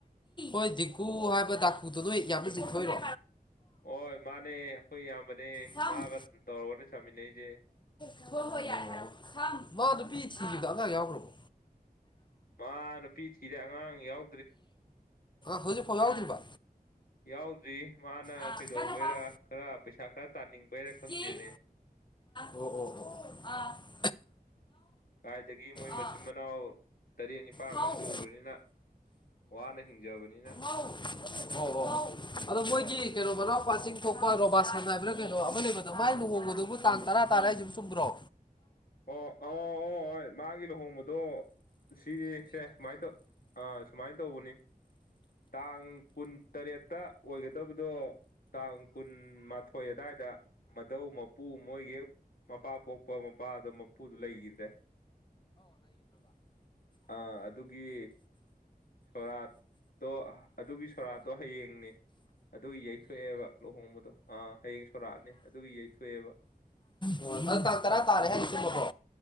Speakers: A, on the left (about 30°); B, on the left (about 65°).
A: ꯍꯣꯏ ꯖꯤꯀꯨ ꯍꯥꯏꯕ ꯗꯥꯀꯨꯗꯨ ꯅꯣꯏ ꯌꯥꯝꯅ ꯆꯤꯡꯊꯣꯏꯔꯦ
B: ꯍꯣꯏ ꯃꯥꯅꯦ ꯑꯩꯈꯣꯏ ꯏꯌꯥꯝꯕꯅꯦ
A: ꯁꯝ
B: ꯃꯥꯒ ꯇꯧꯔꯒꯅ ꯆꯥꯃꯤꯟꯅꯔꯤꯁꯦ
A: ꯍ ꯍꯣꯏ ꯌꯥꯗ ꯍꯥꯏꯣ ꯃꯥ ꯅꯨꯄꯤ ꯊꯤꯈꯤꯕꯗꯣ ꯑꯉꯥꯡ ꯌꯥꯎꯈ꯭ꯔꯕꯣ
B: ꯃꯥ ꯅꯨꯄꯤ ꯊꯤꯔꯦ ꯑꯉꯥꯡ ꯌꯥꯎ
A: ꯍꯧꯏꯁꯨ ꯐꯖꯒꯗ꯭ꯔꯤꯕ
B: ꯌꯥꯎꯗ꯭ꯔꯤ ꯃꯥꯅ
A: ꯑꯥ
B: ꯀꯩꯗꯧꯕꯩꯔꯥ
A: ꯀꯟꯅ ꯄꯥꯎ
B: ꯈꯔ ꯄꯩꯁꯥ ꯈꯔ ꯇꯥꯅꯤꯡꯕꯩꯔꯥ ꯈꯪꯗꯦꯅꯦ
A: ꯆꯤꯟ ꯑꯣ ꯍꯣ ꯍꯣ ꯑ
B: ꯀꯥꯏꯗꯒꯤ ꯃꯣꯏ ꯃꯆꯤꯟ
A: ꯑꯥ
B: ꯃꯅꯥꯎ ꯇꯔꯦꯠ ꯅꯤꯄꯥꯜꯃꯨꯛ
A: ꯉꯧ ꯑꯣ
B: ꯁꯨꯕꯅꯤꯅ ꯋꯥꯅ ꯍꯤꯡꯖꯕꯅꯤꯅ
A: ꯍ ꯍ ꯑꯗꯣ ꯃꯣꯏꯒꯤ ꯀꯩꯅꯣ ꯃꯅꯥꯎꯄꯥ ꯆꯤꯡ ꯊꯣꯛꯄ ꯔꯣꯕꯥꯁꯟ ꯍꯥꯏꯕ꯭ꯔꯥ ꯀꯩꯅꯣ ꯑꯃ ꯂꯩꯕꯗꯣ ꯃꯥꯏ ꯂꯨꯍꯣꯡꯕꯗꯨꯕꯨ ꯇꯥꯡ ꯇꯔꯥ ꯇꯔꯥ ꯍꯥꯏꯁꯤ ꯁꯊꯔꯣ
B: ꯑꯣ ꯑꯣ ꯑꯣ ꯍ ꯃꯥꯒꯤ ꯂꯨꯍꯣꯡꯕꯗꯣ ꯁꯤꯅꯤ ꯁꯦ ꯁꯨꯃꯥꯏꯅ ꯇꯧ ꯑꯥ ꯁꯨꯃꯥꯏꯅ ꯇꯧꯕꯅꯤ ꯇꯥꯡ ꯀꯨꯟꯇꯔꯦꯠꯇ ꯑꯣꯏꯒꯗꯕꯗꯣ ꯇꯥꯡ ꯀꯨꯟꯃꯊꯣꯏ ꯑꯗꯨꯗꯥꯋꯥꯏꯗ ꯃꯙꯧ ꯃꯄꯨ ꯃꯣꯏꯒꯤ ꯃꯄꯥ ꯄꯣꯛꯄ ꯑꯩꯈꯣꯏ ꯃꯄꯥꯗꯣ ꯃꯄꯨꯗꯣ ꯂꯩꯈꯤꯗ꯭ꯔꯦ ꯑꯥ ꯑꯗꯨꯒꯤ ꯁꯣꯔꯥꯠꯇꯣ ꯑꯗꯨꯒꯤ ꯁꯣꯔꯥꯠꯇꯣ ꯍꯌꯦꯡꯅꯦ ꯑꯗꯨꯒꯤ ꯌꯩꯊꯣꯛꯑꯦꯕ ꯂꯨꯍꯣꯡꯕꯗꯣ ꯑ ꯍꯌꯦꯡ ꯁꯣꯔꯥꯠꯅꯤ ꯑꯗꯨꯒꯤ ꯌꯩꯊꯣꯛꯑꯦꯕ
A: ꯎꯝ ꯑꯣ ꯅꯪ ꯇꯥꯡ ꯇꯔꯥ ꯇꯥꯔꯦ ꯍꯥꯏꯔꯤꯁꯤꯦꯕꯀꯣ